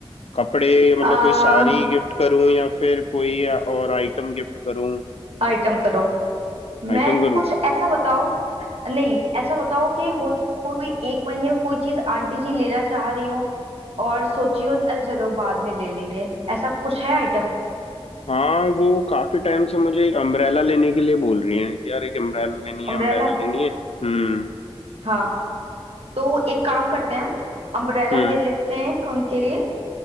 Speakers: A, on the left (about 75°); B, on the right (about 70°).
A: कपड़े मतलब
B: आ
A: कोई साड़ी गिफ्ट करूं या फिर कोई और आइटम गिफ्ट करूं
B: आइटम करो मैं
A: आइटम करूं
B: कुछ ऐसा बताओ नहीं ऐसा बताओ कि हो कोई एक महीने में कोई चीज आंटी जी लेना चाह रही हूँ और सोची हो अरे चलो बाद में ले लेंगे ऐसा कुछ है आइटम
A: हाँ वो काफी टाइम से मुझे एक अम्ब्रेला लेने के लिए बोल रही हैं कि यार एक अम्ब्रेला लेनी है
B: अम्ब्रेला
A: अम्ब्रेला लेनी है हम्म
B: हाँ तो एक काम करते हैं हम अम्ब्रेला
A: हम्म
B: ले लेते हैं उनके लिए